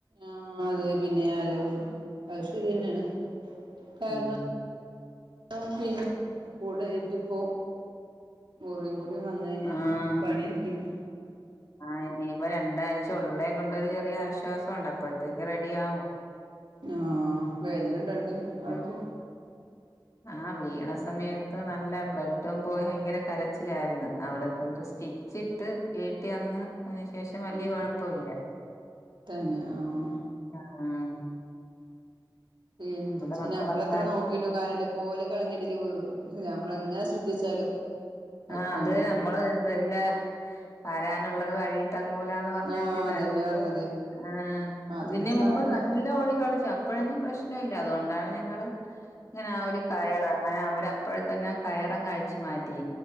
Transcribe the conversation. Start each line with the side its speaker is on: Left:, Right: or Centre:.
Right: ആഹ് അതെ പിന്നെ. അല്ല പിന്നെ. അത് ശരിന്നെയാണ്. കാരണം.
Left: ഉം
Right: <unintelligible> പിന്നെ കൂടെ ആയിട്ട് പ്പോ. മുറിം കൂടി വന്നഴിഞ്ഞാ
Left: ആഹ്
Right: പണി കിട്ടിനി.
Left: ആഹ് ഇനിപ്പോ രണ്ടാഴ്ച ഉള്ളേ കൊണ്ടരു ചെറിയ ആശ്വാസം ഉണ്ട്. അപ്പോത്തേക്ക് റെഡി ആവും.
Right: ആഹ് വേദന ഇണ്ടണ്ട് ആ
Left: ആഹ്
Right: ൾക്ക്.
Left: ആഹ് വീണ സമയത്ത് നല്ല ബ്ലഡും പോയി ഭയങ്കര കരച്ചിലായിരുന്നു. അവിടെ കൊണ്ട് സ് സ്റ്റിച്ചിട്ട് വീട്ടി വന്ന് അതിന് ശേഷം വലിയ
Right: ഉം
Left: കുഴപ്പമില്ല.
Right: തന്നെ ആഹ്.
Left: ആഹ്.. ഉം
Right: എന്താച്ച
Left: മക്കളൊക്കെ
Right: നമ്മളെത്ര നോക്കിട്ടും കാര്യല്ല്യ പോലെ കളിന്റെടീൽ വീ കും. അതെ നമ്മെളങ്ങനെ ശ്രദ്ധിച്ചാലും.
Left: ആഹ്
Right: ഒക്കെ സംഭവിക്കും
Left: അത് നമ്മള് എന്നല്ല. വരാനുള്ളത് വഴി തങ്ങൂലാന്ന് പറഞ്ഞ
Right: ആഹ്
Left: ഒര്താണ്.
Right: അതന്നെ പറഞ്ഞത്
Left: ആഹ്
Right: അതൊന്നും
Left: ഇതിന്
Right: സാരല്ല
Left: മുമ്പ് നല്ല ഓടികളിച. പ്പോഴൊന്നും പ്രശ്ന ല്ല. അതുകൊണ്ടാണ് ഞങ്ങള് ഇങ്ങനെ ആഹ് ഒരു കയറ്. അങ്ങനെ അവര. അപ്പോഴത്തന്നെ ആഹ് കയറങ്ങ് അഴിച്ചുമാറ്റി.